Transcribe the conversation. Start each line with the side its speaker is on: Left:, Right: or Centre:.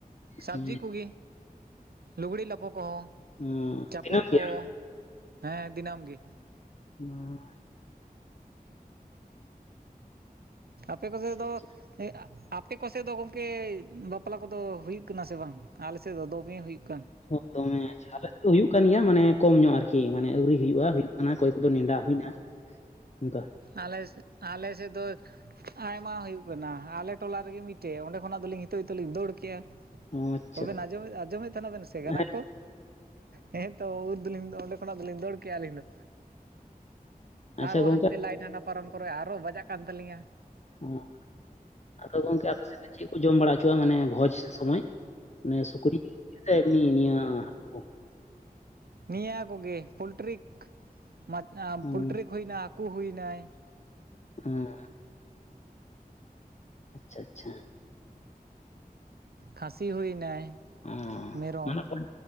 Right: ᱥᱚᱵᱽᱡᱤ
Left: ᱦᱩᱸ,
Right: ᱠᱚᱜᱮ᱾ ᱞᱩᱜᱽᱲᱤ ᱞᱟᱯᱚ ᱠᱚᱦᱚᱸ
Left: ᱦᱩᱸ,
Right: ᱪᱟᱯᱚᱞ
Left: ᱫᱤᱱᱟᱹᱢ
Right: ᱠᱚ
Left: ᱜᱮ
Right: ᱦᱮᱸ ᱫᱤᱱᱟᱹᱢ ᱜᱮ᱾
Left: ᱦᱚᱸ
Right: ᱟᱯᱮ ᱠᱚᱥᱮᱫ ᱫᱚ
Left: ᱟᱪᱪᱷᱟ
Right: ᱟᱯᱮ ᱠᱚᱥᱮᱫ ᱫᱚ ᱜᱚᱝᱠᱮ ᱵᱟᱯᱞᱟ ᱠᱚᱫᱚ ᱦᱩᱭᱩᱜ ᱠᱟᱱᱟ ᱥᱮ ᱵᱟᱝ? ᱟᱞᱮᱥᱮᱫ ᱫᱚ ᱫᱚᱢᱮ ᱦᱩᱭᱩᱜ ᱠᱟᱱ᱾
Left: ᱦᱮᱸ ᱫᱚᱢᱮ ᱟᱪᱪᱷᱟ ᱟᱞᱮ ᱥᱮᱫ ᱦᱩᱭᱩᱜ ᱠᱟᱱ ᱜᱮᱭᱟ ᱢᱟᱱᱮ ᱠᱚᱢ ᱧᱚᱜ ᱟᱨᱠᱤ ᱢᱟᱱᱮ ᱟᱹᱣᱨᱤ ᱦᱩᱭᱩᱜᱼᱟ ᱦᱩᱭᱩᱜ ᱠᱟᱱᱟ ᱚᱠᱚᱭ ᱠᱚᱫᱚ ᱱᱮᱰᱟ ᱦᱩᱭᱱᱟ᱾ ᱚᱝᱠᱟ,
Right: ᱟᱞᱮ ᱥᱮᱫ ᱟᱞᱮ ᱥᱮᱫ ᱫᱚ ᱟᱭᱢᱟ ᱦᱩᱭᱩᱜ ᱠᱟᱱᱟ ᱟᱞᱮ ᱴᱚᱞᱟ ᱨᱮᱜᱮ ᱢᱤᱫᱴᱮᱡ ᱚᱸᱰᱮ ᱠᱷᱚᱱᱟᱜ ᱫᱚᱧ ᱱᱤᱛᱚ ᱜᱤᱛᱚᱜ ᱞᱤᱧ ᱫᱟᱹᱲ ᱠᱮᱜᱼᱟ᱾
Left: ᱚ ᱟᱪᱪᱷᱟ
Right: ᱛᱵᱮᱱ ᱟᱸᱡᱚᱢᱮᱜ ᱟᱸᱡᱚᱢᱮᱜ ᱛᱟᱦᱮᱱᱟ ᱵᱮᱱ ᱥᱮ
Left: ᱦᱮᱸ
Right: ᱜᱟᱱᱟ ᱠᱚ ᱦᱮᱸ, ᱩᱨ ᱫᱚᱞᱤᱧ ᱫᱚ ᱚᱸᱰᱮ ᱠᱷᱚᱱᱟᱜ ᱫᱚᱞᱤᱧ ᱫᱟᱹᱲ ᱠᱮᱜᱼᱟ ᱟᱹᱞᱤᱧ ᱫᱚ
Left: ᱟᱪᱪᱷᱟ
Right: ᱟᱨᱚ
Left: ᱜᱚᱝᱠᱮ
Right: ᱦᱟᱱᱛᱮ, ᱞᱟᱭᱮᱴ ᱦᱟᱱᱟ ᱯᱟᱨᱚᱢ ᱠᱚᱨᱮ ᱟᱨᱚ ᱵᱟᱡᱟᱜ ᱠᱟᱱ ᱛᱟᱹᱞᱤᱧᱟ᱾
Left: ᱦᱮᱸ ᱟᱫᱚ ᱜᱚᱝᱠᱮ ᱟᱯᱮ ᱥᱮᱫ ᱫᱚ ᱪᱮᱫ ᱠᱚ ᱡᱚᱢ ᱵᱟᱲᱟ ᱦᱚᱪᱚᱣᱟᱜᱼᱟ ᱢᱟᱱᱮ ᱵᱷᱚᱡᱽ ᱥᱚᱢᱚᱭ ᱢᱟᱱᱮ ᱥᱩᱠᱨᱤ ᱮᱢᱱᱤ ᱱᱤᱭᱟᱹ, ᱦᱟᱹᱠᱩ
Right: ᱱᱤᱭᱟᱹ ᱠᱚᱜᱮ ᱯᱞᱴᱨᱤᱠ ᱢᱟᱪ ᱟ
Left: ᱚᱸ
Right: ᱯᱳᱚᱞᱴᱨᱤᱠ ᱦᱩᱭᱱᱟ ᱦᱟᱹᱠᱩ ᱦᱩᱭᱱᱟᱭ᱾
Left: ᱦᱮᱸ᱾ ᱟᱪᱪᱷᱟ ᱪᱷᱟ᱾
Right: ᱠᱷᱟᱥᱤ ᱦᱩᱭᱱᱟᱭ᱾
Left: ᱚ
Right: ᱢᱮᱨᱚᱢ
Left: ᱢᱟᱱᱮ ᱚᱠᱚᱭ